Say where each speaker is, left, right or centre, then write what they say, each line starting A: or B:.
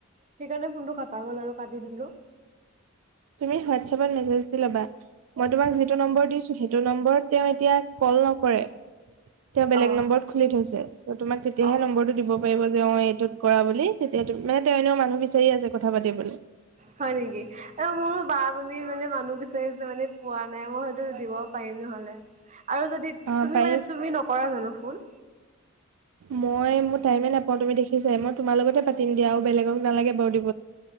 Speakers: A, on the right; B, on the right.
A: সেইকাৰণে ফোনটো খটা গ'ল আৰু কাটি দিলো।
B: তুমি হোৱাটছএপ মেছেজ দি লবা, মই তোমাক যিটো নম্বৰ দিছোঁ সেইটো নম্বৰত তেওঁ এতিয়া কৰে, কৰে। তেওঁ বেলেগ
A: অ
B: নম্বৰত খোলি থৈছে ত তোমাক তেতিয়াহে
A: অ
B: নম্বৰটো দিব পাৰিব যে অ এইটোত কৰা বুলি তেতিয়া মানে তেওঁ এনেও মানুহ বিচাৰি আছে কথা পাতিলে।
A: হয় নেকি? এ মোৰো বা জনী মানে মানুহ বিচাৰিছে মানে পোৱা নাই। মই হয়তো দিবও পাৰিম নহলে। আৰু যদি
B: অ
A: তুমি
B: পাৰি
A: মানে তুমি নকৰা জানো ফোন?
B: মই মোৰ টাইমে নাপাও তুমি দেখিছা মই তোমাৰ লগতে পাতিম দিয়া আৰু বেলেগক নালাগে বৰু